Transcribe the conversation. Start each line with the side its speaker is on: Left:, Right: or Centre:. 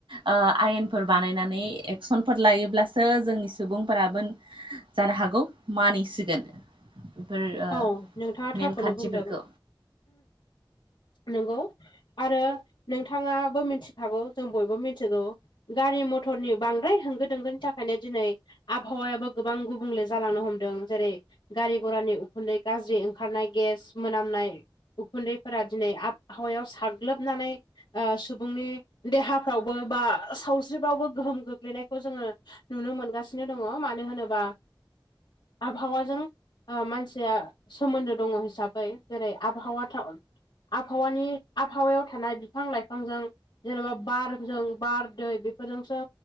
Right: ओ आयेनफोर बानायनानै एक्सनफोर लायोब्लासो जोंनि सुबुंफोराबो। जानो हागौ मानिसिगोन। बेफोर ओ
Left: औ नोंथाङा थारखौनो
Right: नेमखान्थिफोरखौ
Left: बुंदों। नंगौ आरो नोंथां। थाङाबो मिथिखागौ जों बयबो मिथिगौ। गारि मथरनि बांद्राय होंगो दोंगोनि थाखायनो दिनै। आबहावायाबो गोबां गुबुंले जालांनो हमदों जेरै गारि घरानि। खुन्दै गाज्रि ओंखारनाय गेस मोनामनाय। उखुन्दैफोरा दिनै आबहावायाव साग्लोबनानै। ओ सुबुंनि देहाफ्रावबो बा सावस्रिफ्रावबो गोहोम गोग्लैनायखौ जोङो नुनो मोनगासिनो दङ मानो होनोबा आबहावाजों ओ मानसि। जोआ सोमोन्दो दङ हिसाबै जेरै आबहावा। आबहावानि आबहावायाव थानाय बिफां लाइफांजों। जेनेबा बारजों बार दै बेफोरजोंसो।